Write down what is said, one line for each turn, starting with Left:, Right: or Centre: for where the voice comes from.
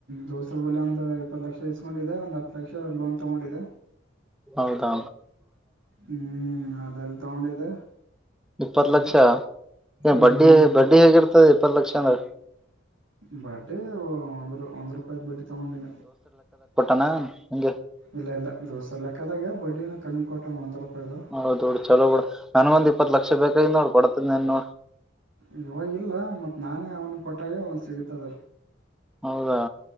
Right: ದೋಸರ ಬಲಿ ಒಂದ ಇಪ್ಪತ್ತು ಲಕ್ಷ ಕೊಂಡಿದೆ ಒಂದ್ ಹತ ಲಕ್ಷ ಲೋನ್ ತಗೊಂಡಿದೆ
Centre: ಹೌದಾ
Right: ಹ್ಮ್ ಅದೆಲ್ಲಿ ತಗೊಂಡಿದೆ
Centre: ಇಪ್ಪತ್ತು
Right: ಹ್ಮ್
Centre: ಲಕ್ಷ
Right: ಹ್ಮ್
Centre: ಏ ಬಡ್ಡಿ ಬಡ್ಡಿ ಹೇಗಿರ್ತದೆ ಇಪ್ಪತ್ತು ಲಕ್ಷ ಅಂದ್ರೆ
Right: ಬಡ್ಡಿ ಒಂದ್ ಒಂದ್ ರೂಪಾಯದ ಬಡ್ಡಿ ತಗೊಂಡೀಿ
Centre: ಆ ನಿನ್ಗೆ
Right: ಇಲ್ಲ ಇಲ್ಲ ದೋಸ್ತರು ಲೆಕ್ಕದಾಗೆ ಬಡ್ಡಿನೂ ಕಮ್ಮಿ ಕೊಟ್ಟ ಒಂದು ರೂಪಾಯಿದು
Centre: ಹೌದ್ ಬಿಡು ಚಲೋ ಬಿೂಡ ನನ್ ಒಂದ್ ಇಪ್ಪತ್ ಲಕ್ಷ ಬೇಕೈ ನೋಡ್ ಕೊಡ್ತಿದ್ನ್ ನೋಡ್
Right: ಇವಾಗಿಲ್ಲ ಮತ್ತು ನಾನೇ ಅವ್ನಿಗೆ ಕೊಟ್ಟಾಗ ಅವನು ಸಿಗತದ
Centre: ಹೌದಾ